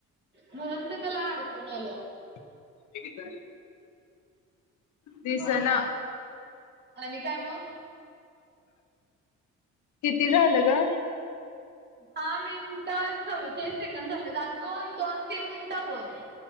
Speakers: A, on the right; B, on the left.
A: म्हणून ते त्याला अडकून आलेय.
B: हे किती झाले? दिसना.
A: असा आणि काय मग?
B: किती झालं ग?
A: दहा मिनटं चव्वेचाळीस सेकंड झालेत अजून दोन तीन मिनिटं बोल.